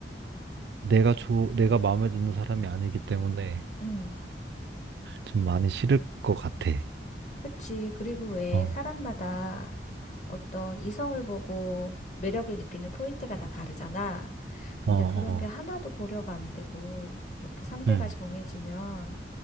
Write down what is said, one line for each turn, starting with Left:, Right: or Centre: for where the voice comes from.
Right: 내가 좋 내가 마음에 드는 사람이 아니기 때문에,
Left: 음.
Right: 좀 많이 싫을 것 같아.
Left: 그치. 그리고 왜
Right: 어,
Left: 사람마다 어떤 이성을 보고 매력을 느끼는 포인트가 다 다르잖아. 근데
Right: 어, 어,
Left: 그런 게 하나도 고려가 안 되고, 이렇게 상대가
Right: 음.
Left: 정해지면